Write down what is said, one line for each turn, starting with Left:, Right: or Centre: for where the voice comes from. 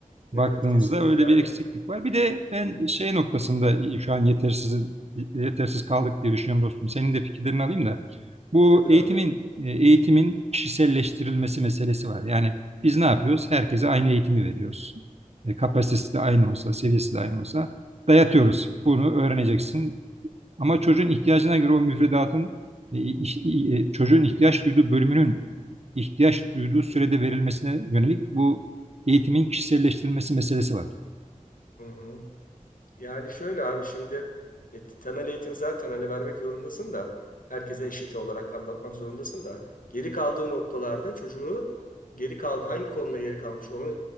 Right: baktığımızda
Left: Evet kesinlikle
Right: öyle
Left: abi.
Right: bir eksiklik var. Bir de ben şey noktasında şu an yetersiz yetersiz kaldık diye düşünüyorum dostum. Senin de fikirlerini alayım da. Bu
Left: Nedir
Right: eğitimin
Left: abi?
Right: eğitimin kişiselleştirilmesi meselesi var. Yani biz ne yapıyoruz? Herkese aynı eğitimi veriyoruz. E, kapasitesi de aynı olsa, seviyesi de aynı olsa dayatıyoruz. Bunu öğreneceksin. Ama çocuğun ihtiyacına göre o müfredatın e, iş- e, e, çocuğun ihtiyaç duyduğu bölümünün ihtiyaç duyduğu sürede verilmesine yönelik bu eğitimin kişiselleştirilmesi meselesi var.
Left: Hı hı. Yani şöyle abi şimdi e, temel eğitimi zaten hani vermek zorundasın da herkese eşit olarak anlatmak zorundasın da geri kaldığı noktalarda çocuğu geri kaldı hangi konuda geri kalmış onu